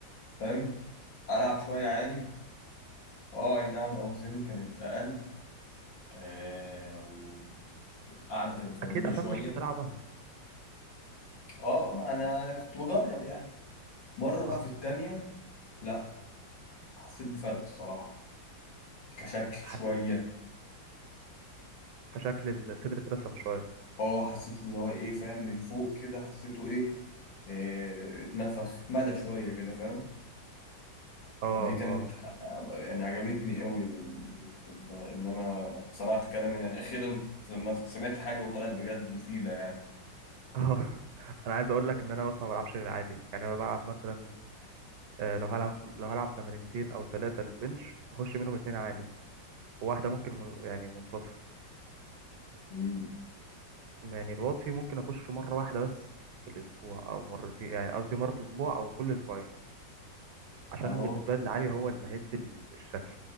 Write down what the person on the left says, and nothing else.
فاهم العب شويه عالي اه اي نعم اوزاني كانت اقل آه والقعده كانت غريبه
شويه
اه ما انا كنت بجرب يعني مره بقى
في التانية لا حسيت بفرق الصراحه كشكل شويه
اه حسيت ان هو ايه فاهم من فوق كده حسيته ايه آه، اتنفخ اتملى شويه كده فاهم
فدي كانت
ح- يعني عجبتني قوي لل- ان إن انا سمعت كلام يعني <laughs> اخيرا لما سمعت حاجه وطلعت بجد مفيده يعني
مم.
انا